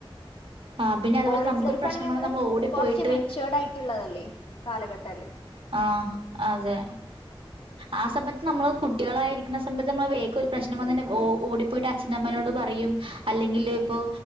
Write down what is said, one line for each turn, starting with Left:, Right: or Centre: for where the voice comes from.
Right: ആഹ് പിന്നെ അതുപോലെ
Left: കോളേജ്
Right: നമുക്കൊരു
Left: ലൈഫ്
Right: പ്രശ്നം
Left: ആണെങ്കിൽ
Right: വന്നാ
Left: നമ്മള്
Right: നമ്മൾ ഓടിപ്പോയിട്ട്
Left: കുറച്ച് മെച്യുവർഡ് ആയിട്ടുള്ളതല്ലേ കാലഘട്ടം.
Right: ആഹ അതെ ആ സമയത്ത്. നമ്മള് കുട്ട്യാളായിരിക്ണ സമയത്ത് നമ്മള് വേകം ഒരു പ്രശ്നം വന്നാ ഓടി പോയിട്ട്ച്ഛമ്മനോട് പറയും അല് അല്ലെ ങ്കില് ഇപ്പോ